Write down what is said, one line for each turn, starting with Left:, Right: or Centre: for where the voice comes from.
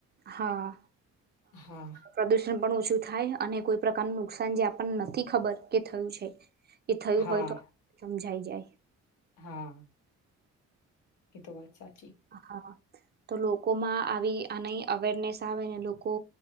Right: હા
Left: હા
Right: પ્રદષ. પણ ઓછું થાય અને કોઈ પ્રકારનું નુકસાન જે આપણને નથી ખબર કે થયું છે. એ થયું
Left: હા
Right: હોય તો સમ. જાય જાય.
Left: હા. એ તો વાત સાચી.
Right: હ હા. તો લોકોમાં આવી આની અવેરનેસ આવે ને લોકો